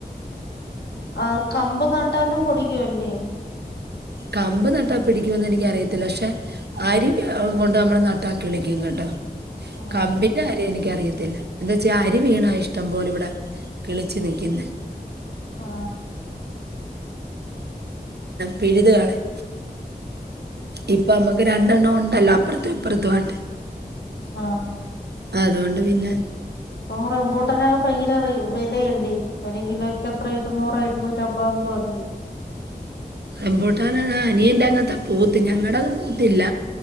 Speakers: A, on the left (about 90°); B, on the right (about 80°).
A: ആ കമ്പ് നട്ടാലും പൊടിക്കുവല്ലേ
B: കമ്പ് നട്ടാ പിടിക്കുമെന്ന് എനിക്ക് അറിയത്തില്ല പക്ഷെ അരി കൊണ്ട് നമ്മള് നട്ടാ കിളിക്കും കേട്ടോ
A: ആഹ്
B: കമ്പിൻ്റെ കാര്യം എനിക്കറിയത്തില്ല ഇല്ല എന്ത് വച്ചാ അരി വീണാ ഇഷ്ടം പോലെ ഇവിട് ആഹ് കിളിച്ചു നിക്കുന്നെ
A: ആഹ്
B: പിഴ്തുകളയും ഇപ്പ നമ്മക്ക് രണ്ടെണ്ണം ഒണ്ടല്ലോ അപ്പുറത്തും ഇപ്പുറത്തുമായിട്ട്
A: ആഹ്
B: അതുകൊണ്ട് പിന്നെ
A: ഇപ്പ റമ്പൂട്ടനൊക്കെ ഭയങ്കര റെയ് വിലയല്ലേ ഒരു കിലൊയ്ക്ക് എത്രയാ ഇരുന്നൂറോ ഇരുന്നൂ റ്റമ്പതോ എന്തോ അല്ലേ
B: റമ്പൂട്ടാൻ അതാ അനിയന്റെ അങ്ങത്തെ പൂത്ത് ഞങ്ങടത് പൂത്തില്ല